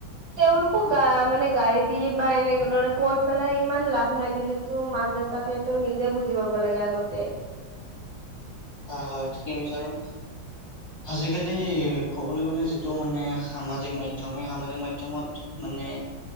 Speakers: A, on the right; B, on the left.
A: তেওঁলোকো গা মানে গাড়ী দি বা এনেকে দৰে কৈ পেলাই ইমান লাভ নাই যিহেতু মাক দেউ মাক দেউতাকেটো নিজে বুজি পাব লাগে আগতে।
B: হয়, হয় ঠিকেই বিচাৰোঁ। আজিকালি ক'বলৈ গ'লে যিটো মানে সামাজিক মাধ্যম এই সামাজিক মাধ্যমত মানে